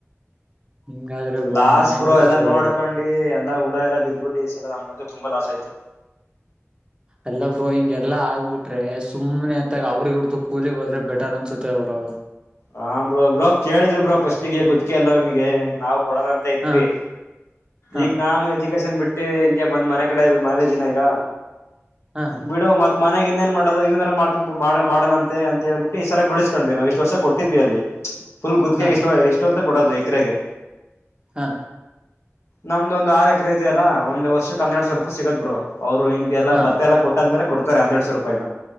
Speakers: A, on the right (about 20°); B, on the left (about 65°).
A: ಹಿಂಗಾದ್ರೆ ಬ್ರೋ
B: ಲಾಸ್ಟ್
A: ಮನೆ
B: ಬ್ರೋ
A: ಖರ್ಚು
B: ಎಲ್ಲ
A: ಅದೆಲ್ಲ
B: ನೋಡ್ಕೊಂಡಿ ಎಲ್ಲಾ ಹುಳ ಎಲ್ಲ ಬಿದ್ದ್ಬಿಟ್ಟು ಈ ಎ ನಮ್ಗಂತೂ ತುಂಬಾ ಲಾಸ್ ಆಯ್ತು
A: ಎಲ್ಲ ಬ್ರೋ ಹಿಂಗ ಎಲ್ಲಾ ಆಗ್ಬಿಟ್ರೆ ಸುಮ್ಮನೆ ಅತ್ತಾಗ ಅವ್ರಗ ಇರ್ದುು ಕೂಲಿಗ್ ಹೋದ್ರೆ ಬೆಟರ್ ಅನ್ಸುತ್ತೆ ಅವರು
B: ಹ ಬ್ರೋ ಬ್ರೋ ಕೇಳಿದ್ರು ಬ್ರೋಫಸ್ಟ್ಗೆ ಗೊತ್ಕಲ್ಲಾ ನಮಗೆ ನಾವವು ಕೊಡದಂತ ಇದ್ವಿ
A: ಹಾ ಹಾ
B: ಈಗ ನಾನು ಎಜುಕೇಶನ್ ಬಿಟ್ಟ ಹಿಂಗೆ ಬಂದ್ ಮನೆ ಕಡೆ ಇ ಮನೆಲಿ ದಿನ ಈಗ
A: ಹಾ
B: ಬಿಡು ಮತ್ತೆ ಮನೆಗೆ ಇನ್ನೇನ್ ಮಾಡದು ಇದನ್ನಾರರ ಮಾಡ್ಕೊಂಡು ಮಾಡಣಂತೆ ಅಂತ ಹೇಳ್ಬಟ್ಟ ಈ ಸಲ ಬಳಸ್ಕೊಂಡ್ವಿ ನಾವು ಇಷ್ಟ ವರ್ಷ ಕೊಟ್ಟು ಅಲ್ಲಿ ಫುಲ್ ಗುತ್ತಿಗೆ
A: ಹಾ
B: ಎಷ್ಟು ಎಷ್ಟು ಅಂತ ಕೊಡೋದು ಎಕರೆಗೆ
A: ಹಾ
B: ನಮ್ದ ಒಂದಂದು ಆರು ಎಕರೆ ಇದೆಯಲ್ಲ ಒಂದ್ ವರ್ಷಕ್ಕೆ ಹನ್ನರಡ್ ಸಾವರ
A: ಹಾ
B: ರೂಪಾಯಿ ಸಿಗದ್ ಬ್ರರು ಅವ್ರು ಹಿಂಗೆ ಎಲ್ಲ
A: ಹಾ
B: ಬತ್ತ ಎಲ್ಲ ಕೊಟ್ಟಾದ್ಮೇಲೆ ಕೊಡ್ತಾರೆ ಹನ್ನೆರಡ್ ಸಾವರ ರೂಪಾಯ್